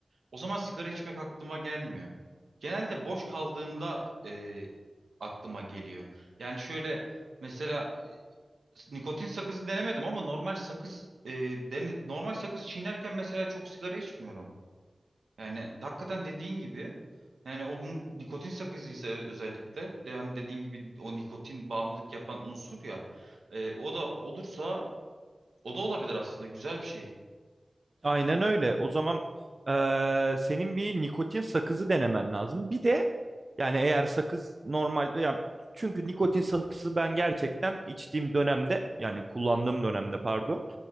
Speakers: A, on the right; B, on the right.
A: O zaman sigara içmek aklıma gelmiyor. Genelde boş kaldığımda e, aklıma geliyor. Yani şöyle mesela e, nikotin sakızı denemedim ama normal sakız e, dene- normal sakız çiğnerken mesela çok sigara içmiyorum. Yani hakikaten dediğin gibi yani onun nikotin sakızıysa ö- özellikle bir de hani dediğin gibi o nikotin bağımlılık yapan unsur ya e, o da olursa o da olabilir aslında güzel bir şey.
B: Aynen öyle. O zaman eee, senin bir nikotin sakızı denemen lazım. Bir de yani eğer sakız normal ya çünkü nikotin sakızı ben gerçekten içtiğim dönemde yani kullandığım dönemde pardon